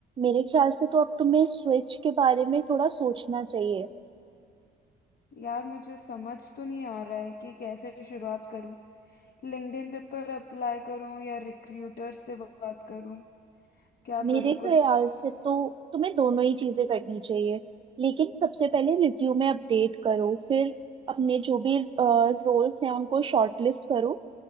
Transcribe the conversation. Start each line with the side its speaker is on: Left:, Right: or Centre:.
Right: मेरे ख्याल से तो अब तुम्हें स्विच के बारे में थोड़ा सोचना चाहिए
Left: यार मुझे समझ तो नहीं आ रहा है कि कैसे शुरुआत करूँ लिंक्डइन पर अप्लाई करूं या रिक्रूटर से बात करूं क्या
Right: मेरे
Left: करूं
Right: ख्याल
Left: कुछ
Right: से तो तुम्हें दोनों ही चीजें करनी चाहिए लेकिन सबसे पहले रिज्यूमे अपडेट करो फिर अपने जो भी रोल्स हैं उनको शॉर्टलिस्ट करो